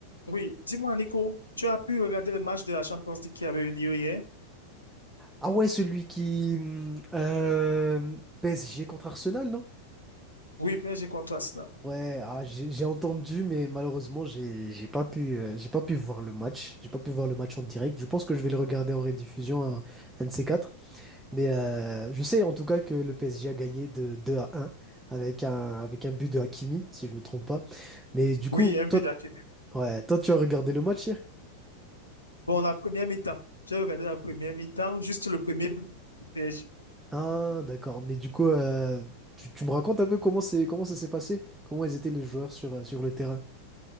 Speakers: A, on the left (about 80°); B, in the centre.
A: Oui, dis-moi, Nico, tu as pu regarder le match de la Champions League qui avait eu lieu hier?
B: Ah ouais, celui qui... hum, euh, PSG contre Arsenal, non?
A: Oui, PSG contre Arsenal.
B: Ouais, ah, j'ai j'ai entendu, mais malheureusement, j'ai j'ai pas pu, euh, j'ai pas pu voir le match. J'ai pas pu voir le match en direct. Je pense que je vais le regarder en rediffusion, un, un de ces quatre. Mais euh, je sais en tout cas que le PSG a gagné de 2 à un avec un, avec un but de Hakimi, si je me trompe pas. Mais du coup,
A: Oui, un
B: toi,
A: but d'Hakimi.
B: ouais, toi, tu as regardé le match hier?
A: Bon, la première mi-temps. J'ai regardé la première mi-temps, juste le premier but du PSG.
B: Ah, d'accord. Mais du coup, euh, tu, tu me racontes un peu comment c'est, comment ça s'est passé? Comment ils étaient les joueurs sur, euh, sur le terrain?